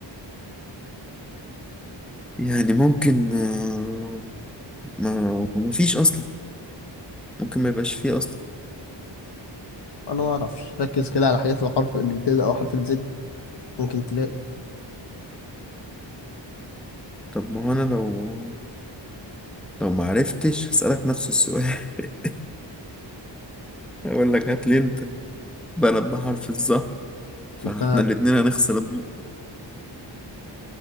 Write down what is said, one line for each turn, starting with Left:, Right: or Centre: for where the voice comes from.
Centre: يعني ممكن آه، ما ما فيش اصلا ممكن ما يبقاش فيه اصلا
Left: أنا ما أعرفش ركز كده على حاجات اللي بحرف اللي بتبدأ أو حرف الزد ممكن تلاقي
Centre: طب ما هو انا لو لو ما عرفتش هسألك نفس السؤال <laughs> أقول لك هات لي أنت بلد بحرف الظهر فاحنا
Left: انت
Centre: الاتنين هنخسر النقطة